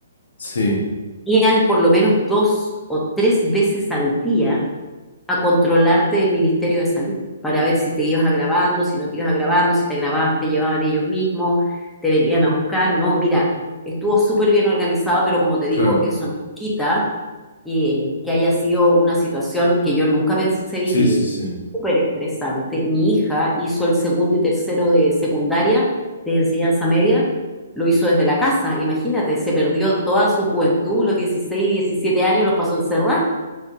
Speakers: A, on the left; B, in the centre.
A: sí,
B: iban por lo menos dos o tres veces al día a controlarte del Ministerio de Salud para ver si te ibas agravando, si no te ibas agravando, si te agravabas te llevaban ellos mismos, te venían a buscar, ¿no? Mira, estuvo súper bien organizado, pero como te digo,
A: claro.
B: eso no quita que, que haya sido una situación que yo nunca pensé vivir,
A: Sí, sí, sí.
B: súper estresante. Mi hija hizo el segundo y tercero de secundaria, de enseñanza media, lo hizo desde la casa. Imagínate, se perdió toda su juventud, los 16 17 años los pasó encerrada.